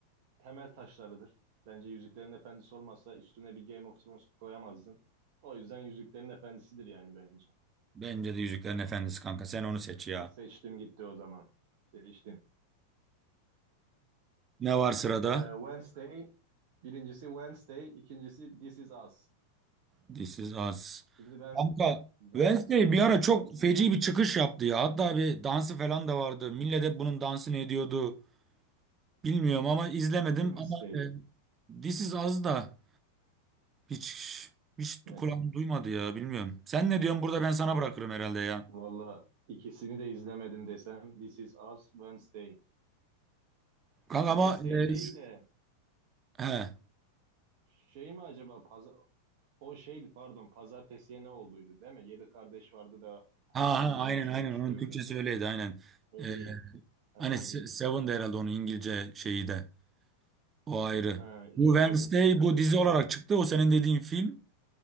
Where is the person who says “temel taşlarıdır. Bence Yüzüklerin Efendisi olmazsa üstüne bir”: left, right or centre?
Right